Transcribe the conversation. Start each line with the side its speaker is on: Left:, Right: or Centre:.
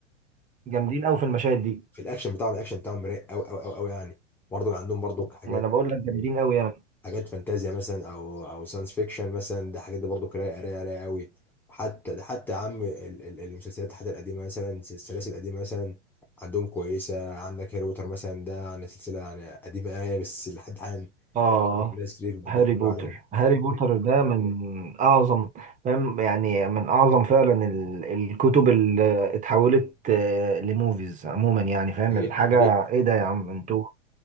Right: جامدين قوي في المشاهد دي
Centre: في الاكشن بتاعهم الاكشن بتاعهم رايق قوي قوي قوي قوي يعني برضه عندهم برضه حاجات
Right: ما انا بقول
Centre: يعني،
Right: لك جامدين قوي يعني
Centre: حاجات فانتازيا مثلا او او ساينس فيكشن مثلا ده حاجات دي برضه رايقه رايقه رايقه قوي وحتى ده حتى يا عم ال- ال- المسلسلات حتى القديمه مثلا السلاسل القديمه مثلا عندهم كويسه عندك هاري بوتر مثلا ده يعني سلسله يعني قديمه قوي بس لحد الان
Right: آه
Centre: ناس كتير بتتفرج
Right: هاري بوتر
Centre: عليها
Right: هاري بوتر ده من أعظم فاهم يعني من أعظم فعلا ال- الكتب اللي اتحولت آه، لموفيز عموما يعني فاهم
Centre: حقيقة
Right: الحاجة
Centre: حقيقة
Right: إيه ده يا عم أنتوا